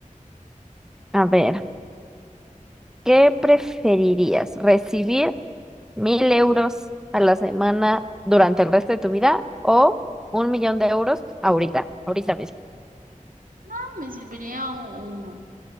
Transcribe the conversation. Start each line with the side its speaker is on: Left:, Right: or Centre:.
Centre: A ver, ¿qué preferirías? ¿Recibir mil euros a la semana durante el resto de tu vida o un millón de euros ahorita, ahorita mismo?
Right: Ah, me serviría un,